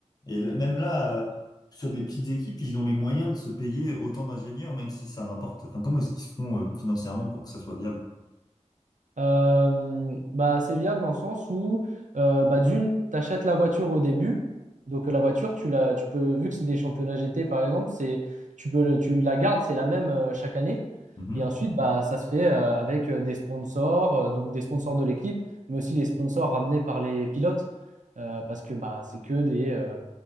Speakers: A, on the left; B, on the right.
A: Et l- même là, euh, sur des petites équipes, ils ont les moyens de se payer autant d'ingénieurs, même si ça rapporte. Enfin, comment est-ce qu'ils se font euh, financièrement pour que ça soit viable?
B: Euh, bah, c'est viable dans le sens où, euh, bah, d'une, tu achètes la voiture au début. Donc, la voiture, tu la, tu peux, vu que c'est des championnats GT par exemple, c'est, tu peux, le- tu la gardes, c'est la même euh, chaque année.
A: Mhm.
B: Et ensuite, bah, ça se fait euh, avec euh, des sponsors, euh, donc des sponsors de l'équipe, mais aussi des sponsors ramenés par les pilotes. Euh, parce que bah, c'est que des, euh,